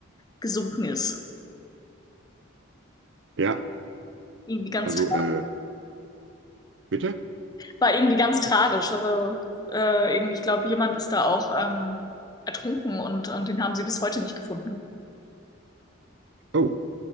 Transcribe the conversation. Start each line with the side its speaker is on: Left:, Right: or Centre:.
Left: gesunken ist.
Right: Ja,
Left: Irgendwie ganz,
Right: also
Left: tra-
Right: äh, bitte?
Left: war irgendwie ganz tragisch. Also äh, irgendwie, ich glaube, jemand ist da auch ähm, ertrunken und, und den haben sie bis heute nicht gefunden.
Right: Oh,